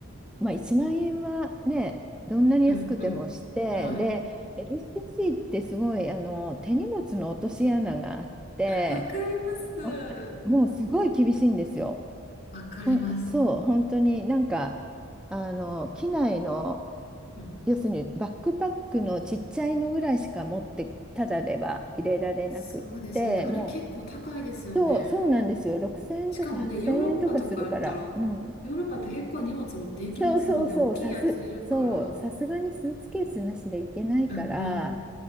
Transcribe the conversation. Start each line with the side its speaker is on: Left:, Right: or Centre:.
Centre: まあ、1万円はね、どんなに安くてもして、
Left: うん、うん。はい。
Centre: で、LCC ってすごいあの手荷物の落とし穴があって、
Left: わかります。
Centre: わもうすごい厳しいんですよ。
Left: わかります。
Centre: ほん、そう、本当になんか、あの、機内の、
Left: うん。
Centre: 要するにバックパックのちっちゃいのぐらいしか持って、ただでは入れられなくって、
Left: そうですよね。あれ結構高いですよね。
Centre: もう、そう、そうなんですよ。6000円とか8000円とかするから。
Left: しかもね、ヨーロッパとかやったら、
Centre: うん、
Left: ヨーロッパって結構荷物持っていきますもんね。
Centre: そうそうそう、
Left: 大きいやついるから。
Centre: さす、そう、さすがにスーツケースなしでいけないから、
Left: うんうん。